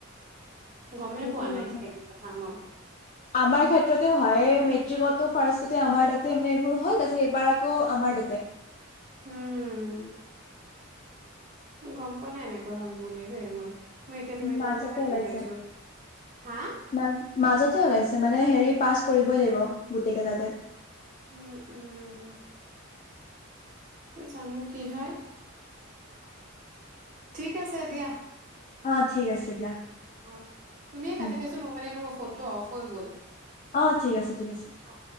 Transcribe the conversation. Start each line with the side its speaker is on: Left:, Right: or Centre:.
Right: গমেই
Left: সেইটোৱে
Right: পোৱা নাই
Left: কথা
Right: সেইটো কথা মই।
Left: আমাৰ হয় মেট্ৰিকতো ফাষ্টতে আমাৰ তাতে মানে এইবোৰ হয় তাৰপিছত এইবাৰ ক' আমাৰতে।
Right: উম গম পোৱা নাই এনেকুৱা হল ব দেই মই। মই এতিয়া তুমি
Left: মাজতে
Right: কতে
Left: ওলাইছে
Right: হি পাইছো হা।
Left: মাজ মাজতে ওলাইছে মানে হেৰি পাছ কৰিবই লাগিব গোটেই কেইটাতে।
Right: উম উম উম জানো কি হয়! ঠিক আছে দিয়া।
Left: অ ঠিক আছে দিয়া।।
Right: অ তুমিয়ে
Left: উম,
Right: কাটি দিয়াচোন মোৰ মানে ফোনটো অফ হৈ গ'ল।
Left: অ ঠিক আছে, ঠিক আছে।
Right: অ